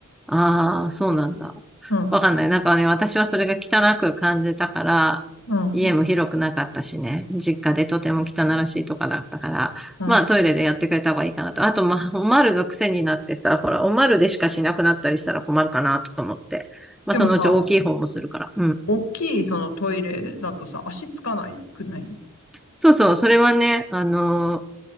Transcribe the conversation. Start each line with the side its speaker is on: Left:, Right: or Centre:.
Centre: ああ、そうなんだ。
Left: な。
Centre: わかんない。なんかね、私はそれが汚く感じたから、
Left: うん、うん、
Centre: 家も広くなかったしね、実家でとても汚らしいとかだったから、
Left: うん。
Centre: まあトイレでやってくれた方がいいかなと。あと、まあ、おまるが癖になってさ、ほら、おまるでしかしなくなったりしたら困るかなと思って。まあ、
Left: でもさ、
Centre: そのうち大きい方もするから。うん。
Left: 大きいそのトイレだとさ、足つかないくない
Centre: そうそう、それはね、あの